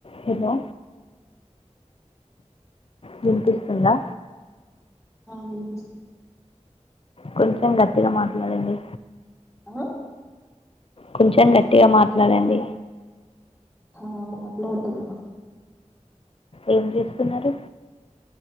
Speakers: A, on the left; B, in the centre.
A: Hello వినిపిస్తుందా
B: మపిస్త
A: కొంచెం గట్టిగా మాట్లాడండి
B: ఆ
A: కొంచెం గట్టిగా మాట్లాడండి
B: ఆ మాట్లాడుతున్న
A: ఏం చేస్తున్నారు